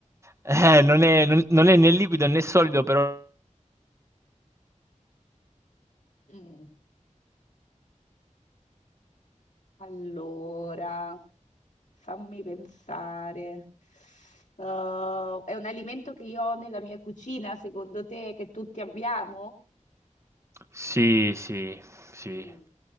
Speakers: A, on the right (about 20°); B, on the left (about 70°).
A: eh, non è, non- non è né liquido né solido, però...
B: Mm, Allora, fammi pensare. Uh, è un alimento che io ho nella mia cucina, secondo te, che tutti abbiamo?
A: Sì, sì, sì,
B: Mm.